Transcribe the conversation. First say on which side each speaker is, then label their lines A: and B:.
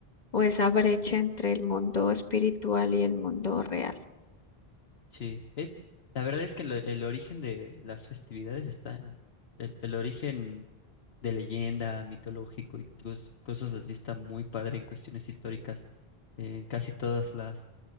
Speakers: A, on the left; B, on the left.
A: o esa brecha entre el mundo espiritual y el mundo real.
B: sí. Es, la verdad es que lo- el origen de las festividades está, el el origen de leyenda, mitológico y cos- cosas así. Está muy padre en cuestiones históricas, en casi todas las